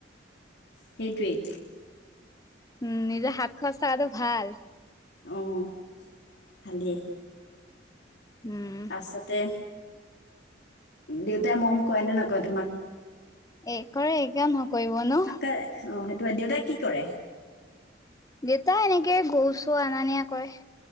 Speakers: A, on the left (about 65°); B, on the left (about 20°).
A: সেইটোৱেই।
B: উম নিজে হাত খোৱাচ থাককাটো ভাল।
A: অহঁ ভাললেই
B: উম
A: তাৰপাছতে। দেউতাই মম কয় নে নকয় তোমাক।
B: এই কৰেৰে কিয় নকৰে। কৰিব নো।
A: তাকে অঁ সেই। তোমাৰ দেউতাই কি কৰে।
B: দেউতা এনেকে গৰু চৌ অনা নিয়া কৰে।